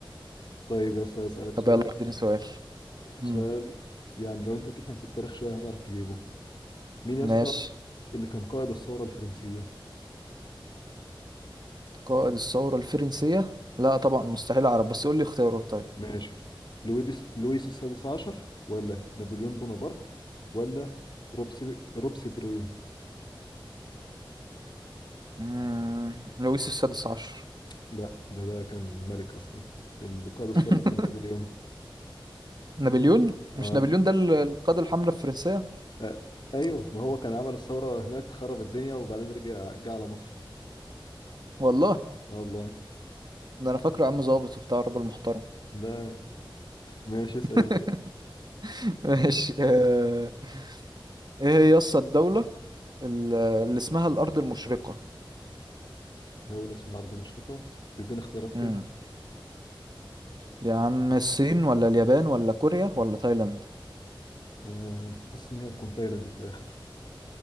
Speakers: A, on the left; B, on the right.
A: طيب يا اسطى اسالك
B: طب
A: سؤال
B: يلا اديني سؤال
A: سؤال
B: مم.
A: يعني لو انت تفهم في التاريخ شويه هتعرف تجيبه مين يا
B: ماشي
A: اسطى اللي كان قائد الثوره الفرنسيه
B: قائد الثورة الفرنسية لا طبعا مستحيل اعرف بس قول لي اختيارات طيب
A: ماشي لويدس لويس السادس عشر ولا نابليون بونابرت ولا روبسي روبسي بريو
B: مم. لويس السادس عشر
A: لا ده ده كان ملك اصلا القائد الثوره
B: <laughs>
A: كان نابليون
B: نابليون مش
A: اه
B: نابليون ده ال- القائد الحملة الفرنسية
A: آه، ايوه ما هو كان عمل الثوره هناك خرب الدنيا وبعدين رجع جه على مصر
B: والله
A: والله
B: ده انا فاكره عم ظابط وبتاع راجل محترم
A: ده ماشي اسال
B: <laughs> ماشي آه، ايه هي يسطا الدولة ال- اللي اسمها الأرض المشرقة
A: دولة اسمها أرض مشرقة تديني اختيارات كده
B: امم يا عم الصين ولا اليابان ولا كوريا ولا تايلاند
A: آه، حاسس إن هي تكون تايلاند في الآخر